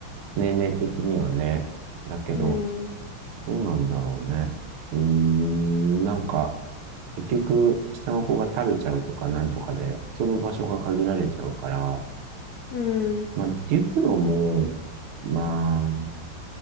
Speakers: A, on the right; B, on the left.
A: 年齢的にはね。だけど、
B: うん、
A: どうなんだろうね。うーん、なんか、結局、下の子が食べちゃうとかなんとかで遊ぶ場所が限られちゃうから、
B: うん、
A: まあ、デュプロも、まあ、